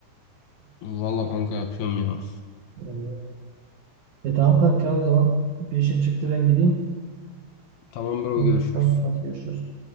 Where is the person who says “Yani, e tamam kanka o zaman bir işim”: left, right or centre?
Right